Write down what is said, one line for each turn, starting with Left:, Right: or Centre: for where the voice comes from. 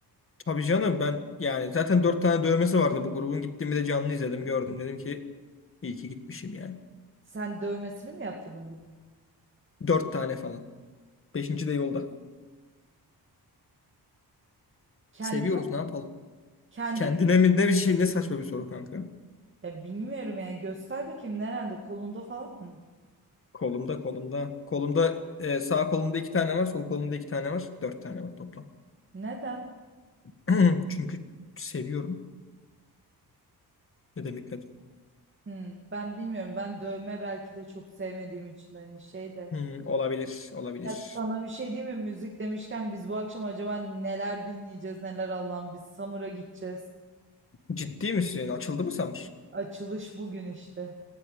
Left: Tabii canım ben yani zaten dört tane dövmesi vardı bu grubun. Gittiğimi de canlı izledim gördüm. Dedim ki iyi ki gitmişim yani.
Right: Sen dövmesini mi yaptırdın bunu?
Left: Dört tane falan. Beşinci de yolda.
Right: Kendi
Left: Seviyoruz ne yapalım?
Right: kendi
Left: Kendine mi ne bir şey ne saçma bir soru kanka.
Right: ya bilmiyorum yani göster bakayım nerede kolunda falan mı?
Left: Kolumda kolumda. Kolumda e, sağ kolumda iki tane var. Sol kolumda iki tane var. Dört tane var toplam.
Right: Neden?
Left: <clears throat> Çünkü seviyorum. Ne demek ne demek?
Right: Hmm, ben bilmiyorum. Ben dövme belki de çok sevmediğim için hani şey de.
Left: Hmm, olabilir olabilir.
Right: Ya sana bir şey diyeyim mi? Müzik demişken biz bu akşam acaba neler dinleyeceğiz, neler Allah'ım biz Samur'a gideceğiz.
Left: Ciddi misin? Açıldı mı Samir?
Right: Açılış bugün işte.